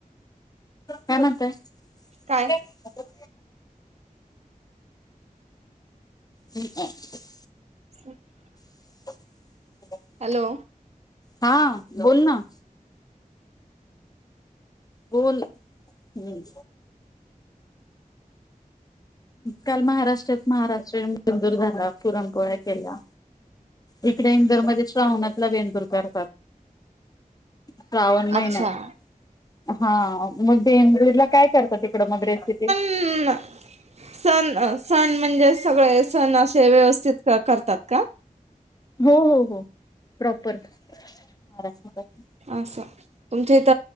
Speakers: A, on the left (about 25°); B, on the right (about 50°).
A: काय म्हणताय
B: काय
A: <unintelligible> हम् हम <unintelligible>
B: <inaudible>
A: <inaudible>
B: हॅलो
A: हा बोल ना बोल हम् काल महाराष्ट्रात महाराष्ट्रीयन बेंदूर झाला पुरणपोळ्या केल्या, इकडे इंदूर मध्ये श्रावणातला बेंदूर कर श्रावण महिन्यात
B: अच्छा
A: हा, मग बेंदूरला काय करता तिकड मग रेसिपी?
B: हम्म सण, सण म्हणजे सगळे सण असे व्यवस्थित करतात का?
A: हो, हो, हो प्रॉपर. महाराष्ट्रासाठी
B: असं, तुमच्या इथ